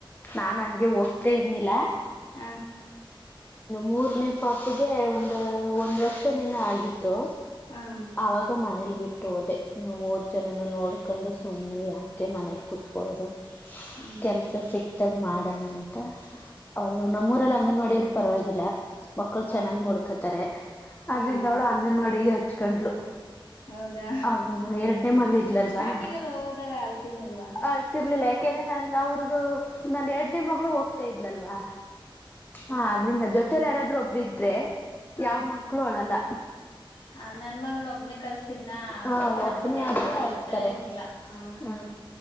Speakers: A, on the left; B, on the left.
A: ನಾನ್ ಹಂಗೆ ಹೋಗ್ತೇ ಇರ್ನಿಲ್ಲ
B: ಹಾ
A: ಮೂರನೇ ಪಾಪಗೆ ಒಂದು ಒಂದು ವರ್ಷನೇನೋ ಆಗಿತ್ತು
B: ಹ
A: ಅವಗ ಮನೇಲಿ ಬಿಟ್ಟು ಹೋದೆ ಮೂರ್ ಜನ ನೋಡ್ಕೊಂಡು ಸುಮ್ನೆ ಯಾಕೆ ಮನಲಿ ಕುತ್ಕೊಳ್ಳೋದು
B: ಹ್ಮ್
A: ಕೆಲ್ಸ ಸಿಕ್ತಾಗ ಮಾಡೋಣ ಅಂತ ಅವಳು ನಮ್ಮೂರಲ್ಲಿ ಅಂಗನವಾಡಿಯವರು ಪರವಾಗಿಲ್ಲ ಮಕ್ಕಳು
B: ಹಾ
A: ಚೆನ್ನಾಗ್ ನೋಡ್ಕೊತಾರೆ ಆದದ್ರಿಂದ
B: ಹಾ
A: ಅವಳು ಅಂಗನವಾಡಿಗೆ ಹಚ್ಕೊಂಡ್ಲು
B: ಹೌದಾ
A: ಹ ಎರಡನೇ ಮಗಳ ಇದ್ಲಲ್ವಾ
B: ಸ್ಟಾರ್ಟಿಂಗಲ್ಲಿ ಹೋದಾಗ ಅಲ್ತಿರ್ನಿಲ್ವಾ
A: ಆಳ್ತಿರ ಇಿಲ್ಲ ಯಾಕೆಂದ್ರೆ ನನ್ ಅವ್ರ್ದ ನನ್ ಎರಡನೇ ಮಗಳು ಹೋಗ್ತಾ ಇದ್ಲಲ್ವಾ ಹಾ ಅದ್ರಿಂದ ಜೊತೆಲ್ಲ ಯಾರಾದ್ರೂ ಒಬ್ರು ಇದ್ರೆ
B: ಹಾ
A: ಯಾವ ಮಕ್ಳು ಅಳಲ್ಲ
B: ಹ ನನ್ ಮಗ್ೊ ಒಬ್ನನೆ ಕಲ್ಸ್ತಿದ್ನ
A: ಹ
B: ತುಂಬಾ ಅಲ್ತಿದ್ದ
A: ಒಬ್ಬನೇ ಆದ್ರೆ
B: ಅಕ್ಕ
A: ಅಳ್ತಾರೆ
B: ಇರ್ತಾನೆ ಇರ್ನಿಲ್ಲ ಹ್ಮ್
A: ಹ್ಮ